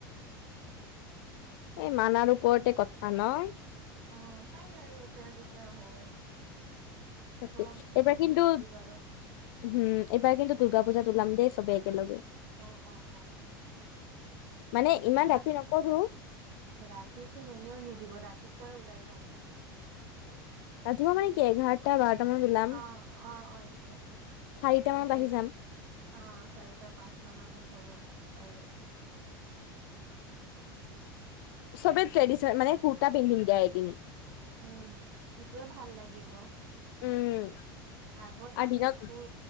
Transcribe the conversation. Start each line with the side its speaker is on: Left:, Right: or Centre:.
Left: এই মানাৰ ওপৰতে কথা নহ।
Right: অ, <unintelligible> এতিয়া যেতিয়া হয়।
Left: তাকে
Right: অ,
Left: এইবাৰ
Right: মানে
Left: কিন্তু
Right: ৰবিবাৰ।
Left: উম, এইবাৰ কিন্তু দুৰ্গা পূজাত ওলাম দেই সবেই একেলগে।
Right: অ', অ', অ
Left: মানে ইমান
Right: ৰা
Left: ৰাতি নকৰো।
Right: ৰাতিচোন এনেও নিদিব ৰাতিপুৱাই ওলাই যাম।
Left: ৰাতিপুৱা মানে কি এঘাৰটা, বাৰটা মানত ওলাম
Right: অ অ অ এইটোৱে
Left: চাৰিটা মানত
Right: চাৰি
Left: আহি যাম।
Right: অ, চাৰিটা, পাঁচটা মানে ঘৰত পাই যাম।
Left: সবে ট্ৰেডিচনেল মানে কুৰ্তা পিন্ধিম দিয়া এদিন।
Right: উম, সেইটোয়ে ভাল লাগিব
Left: উম
Right: আগত
Left: আৰু
Right: আমি
Left: দিনত
Right: স্কুল